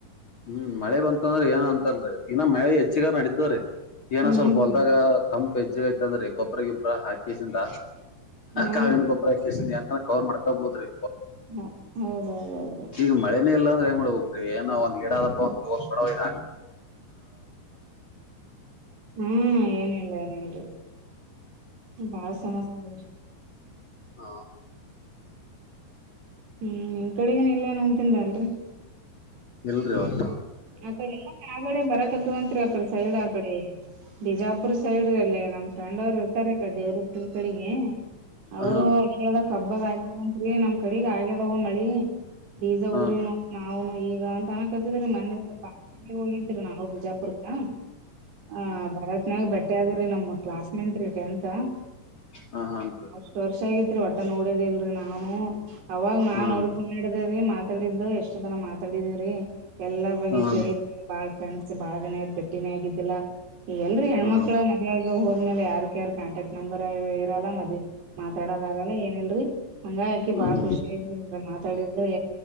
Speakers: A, on the left (about 40°); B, on the right (about 75°).
A: ಹ್ಮ್ ಮಳೆ ಬಂತ ಅಂದ್ರ ಏನ್ ಅಂತನ್ರಿ ಇನ್ನ ಮಳೆ ಹೆಚ್ಚಿಗಾರ ನಡೀತದ್ರೀ ಏನ
B: ಹ್ಮ್
A: ಸ್ವಲ್ಪ ಹೊಲ್ದಾಗ ಕಂಪ್ ಹೆಚ್ಚಗೈತ ಅಂದ್ರೆ ಗೊಬ್ಬ್ರ ಗೊಬ್ಬ್ರ ಹಾಕಿಸಿಂದ
B: ಹ್ಮ್
A: ಕಾವನ್ ಗೊಬ್ಬರ ಕಸಿನಿ ಅಂಗ ಕವರ್ ಮಾಡ್ಕೊಬೋದ್ರಿ
B: ಹ ಹೌದೌದೌದು
A: ಈಗ ಮಳೆನೇ ಇಲ್ಲ ಅಂದ್ರೆ ಏನೋ ಒಂದ ಗಿಡ ಆದಪ್ಪ ಒಡಕಏ
B: ಹ್ಮ್ ಏನಿಲ್ಲ ಏನಲ್ರಿ ಬಾಳ ಸಮಸ್ಯೆ ಇ
A: ಹ
B: ಹ್ಮ್ ನಿಮ ಕಡೆಗನ್ ಇಲ್ಲ ನ ಅಂತನ್ರ ಅಲ್ರರಿ
A: ಇಲ್ರಿ ಆತ
B: ಆಕಡೆ ಎಲ್ಲ ಆಗಡೆ ಬರಕತ್ಂರಿ ಆಕಡೆ ಸೈಡ್ ಆಕಡೆ ಬಿಜಾಪು ಪೂರ್ ಸೈಡ್ಲ್ಲಿೇ ನಮ್ಮ್ಫ್ರಂಡ್ ಅವ್ರು ಇರ್ತಾರೆ ಕಡ್ಡವರು ಕಡೆಗೆ ಅವರು
A: ಹಾನ್
B: ಹದ ಹಬ್ಬದ ಆಕಾರನ್ರಿ ನಮ ಕಡೆಗ ಆಗ್ಯದವ ಮಳಿ ಬೀಜ
A: ಹಾನ್
B: ಊರಿ ನೋ ನಾವುನು ಈಗ ಅಂತ ಅನ ಕತಿದ್ರೀ ಮ ಬಾ ಒಳಿದ್ರು ನಾವೋ ಬಿಜಾಪುರ್ಕಾ ಹ ಭರತ್ನಾಗ ಬಟ್ಟೆ ಆದ್ರಿ ನಮ ಕ್ಲಾಸ್ ಮೇಂಟ್ ರೀ ಟೆಂತ್
A: ಹಾನ್
B: ಹಷ್ಟ ವರ್ಷ ಆಗ ಒಟ್ಟ ನೋಡಿದಿ ಇಲ್ರರಿ ನಾ ಅವಾಗ ನಾನ್
A: ಹಾನ್
B: ನೋಡ್ಕಡಿದ್ರೀ ಮತ್ತ ತಾಡಿದ್ರು ಎಷ್ಟ ತನ ಮಾತಾಡಿದೀವ್ರೀ ಎಲ್ಲ
A: ಹಾನ್
B: ಕೇಳಿದಿ ಬಾಳ್ ಫ್ರೆಂಡ್ಸ್ ಬಾಳ ದಿನ ಇದ ಭ ಬೆಟ್ಟಿನ ಆಗಿದ್ದಿಲ್ಲಾ ಈಗಲ್ಲಲ್ರಿ ಹೆಣ್ಮಕ್ಳ
A: ಹಾನ್
B: ಮದ್ಳ ಹ ಇಲೆ ಯಾರ್ ಯಾರ ಕಾಂಟ್ಯಾಕ್ಟ್ ನಂಬರ್ ಇರಲ್ಲ ಮದೆ ಮಾತಾಡೋದಾಗಲ್ಲ ಏನಲ್ರರಿ ಹಂಗಾಯ ಅಕ್ಕಿ
A: ಹ್ಮ್
B: ಬಾಳ ಖುಷಿಐಲ್ ಮಾತಾಡಿದ್